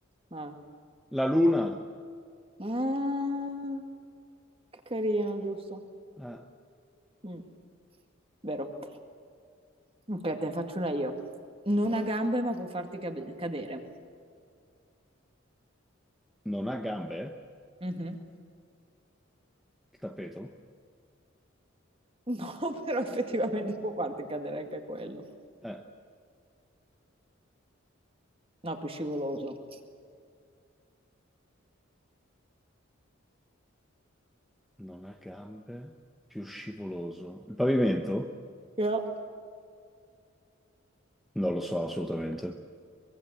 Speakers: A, on the right; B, in the centre.
A: Ah.
B: La luna,
A: Ah, che carino, giusto?
B: eh,
A: Mm, vero. Ok, te ne faccio una io. Non
B: ma
A: ha gambe, ma può farti cab- cadere.
B: non ha gambe? eh?
A: Mhm.
B: Il tappeto?
A: No, <laughs> però effettivamente può farti cadere anche quello.
B: Eh.
A: No, più scivoloso.
B: Non ha gambe, più scivoloso. Il pavimento?
A: Yeah.
B: Non lo so assolutamente.